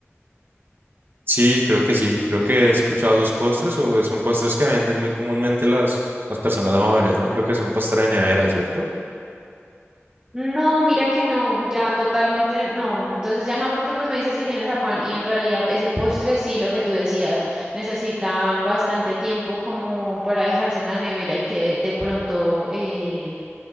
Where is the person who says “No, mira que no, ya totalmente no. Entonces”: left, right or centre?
Right